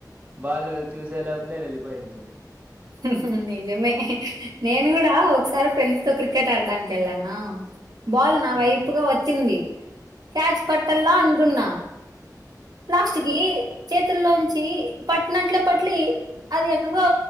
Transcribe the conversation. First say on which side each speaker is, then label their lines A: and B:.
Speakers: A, on the right; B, on the right.
A: బాాలు చూసే లోపలే వెళ్ళిపో వేంటనె
B: హు హు నిజమే నేను కూడా ఒకసారి ఫ్రెండ్స్ తో క్రికెట్ ఆడడానికి వెళ్ళానా బాల్ నా
A: ఉమ్.
B: వైపుగా వచ్చింది క్యాచ్ పట్టల్లా అనుకున్నా లాస్ట్ కి చేతుల్లోంచి పట్టినట్లు పట్లి అది ఎక్కడో